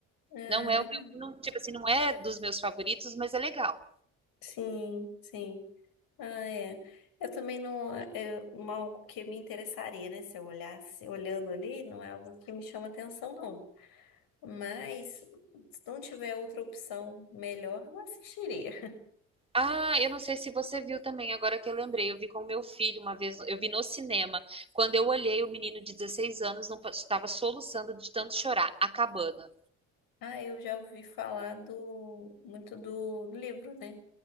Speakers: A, on the left (about 70°); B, on the right (about 15°).
A: Ah,
B: Não
A: legal.
B: é o meu, não, tipo assim, não é dos meus favoritos, mas é legal.
A: Sim, sim. Ah, é. Eu também não, é um- algo que me interessaria, né? Se eu olhasse, olhando ali, não é algo que me chama atenção, não. Mas, se não tiver outra opção melhor, eu assistiria.
B: Ah, eu não sei se você viu também, agora que eu lembrei, eu vi com o meu filho uma vez, eu vi no cinema. Quando eu olhei, o menino de 16 anos não pa- estava soluçando de tanto chorar, A Cabana.
A: Ah, eu já ouvi falar do muito do livro, né?